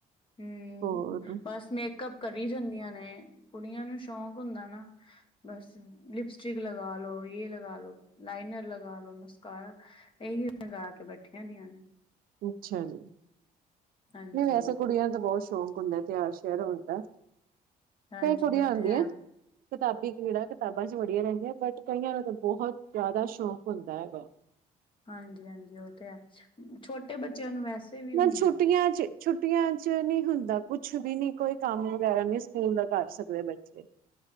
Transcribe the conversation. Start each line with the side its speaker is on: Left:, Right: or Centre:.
Left: ਹਂ,
Right: ਹੋਰ
Left: ਬਸ ਮੇ ਮੇਕਅੱਪ ਕਰੀਂ ਜਾਂਦੀਆਂ ਨੇ, ਕੁੜੀਆਂ ਨੂੰ ਸ਼ੌਕ ਹੁੰਦਾਂ ਨਾ। ਬਸ ਲਿਪਸਟਿਕ ਲਗਾਂ ਲੋੋ, ਯੇ ਲਗਾਂ ਲੋ, ਲਾਈਨਰ ਲਗਾ ਲੋ, ਮਸਕਾਰਾ ਇੱਹੀ ਲਗਾ ਕੇ ਬੈਠੀਆਂ ਦੀਆਂ ਨੇ।
Right: ਅੱਛਾ ਜੀ,
Left: ਹਾਂਜੀ।
Right: ਨਈਂ ਵੈਸੇ ਕੁੜੀਆਂ ਨੂੰ ਤਾਂ ਬੋਤ ਸ਼ੌਕ ਹੁੰਦਾਂ। ਤਿਆਰ-ਸ਼ਿਆਰ ਹੋਣ ਦਾ।
Left: ਹਾਂਜੀ
Right: ਕਈ ਕੁੜੀਆਂ
Left: ਉਹ
Right: ਹੁੰਦੀਆਂ।
Left: ਤੇ ਹੈ
Right: ਕਿਤਾਬੀ ਕੀੜਾ ਕਿਤਾਬਾਂ ਚ ਵੜੀਆਂ ਰਹਿੰਦੀਆਂ ਬਟ ਕਈਆਂ ਨੂੰ ਤਾਂ ਬਹੁਤ ਜ਼ਿਆਦਾ ਸ਼ੌਂਕ ਹੁੰਦਾ ਹੈਗਾ
Left: ਹਾਂਜੀ ਹਾਂਜੀ ਉਹ ਤੇ ਹੈ ਛੋਟੇ ਬੱਚਿਆਂ ਨੂੰ ਵੈਸੇ ਵੀ
Right: ਨਾਲ
Left: ਹੁੰਦਾ
Right: ਛੁੱਟੀਆਂ ਚ ਛੁੱਟੀਆਂ ਚ ਨਹੀਂ ਹੁੰਦਾ ਕੁੱਛ ਵੀ ਨੀ ਕੋਈ ਕੰਮ ਵਗੈਰਾ ਨਹੀਂ ਸਕੂਲ ਦਾ ਕਰ ਸਕਦੇ ਬੱਚੇ